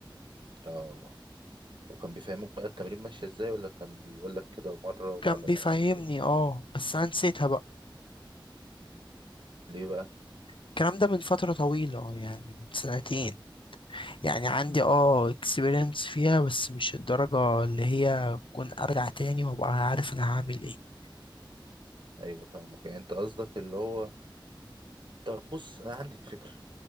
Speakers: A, on the right (about 70°); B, on the left (about 75°).
A: اه وكان بيفهمك بقى التمرين ماشي ازاي ولا كان بيقول لك كده مره ومره
B: كان بيفهمني
A: لا أو كده؟
B: اه بس أنا نسيتها بقى
A: ليه بقى
B: الكلام ده من فترة طويلة اه يعني من سنتين يعني عندي اه اكسبيرينس فيها بس مش الدرجة اللي هي كون أرجع تاني وأبقى عارف أنا هعمل ايه
A: ايوه فاهمك يعني انت قصدك اللي هو طب بص انا عندي فكره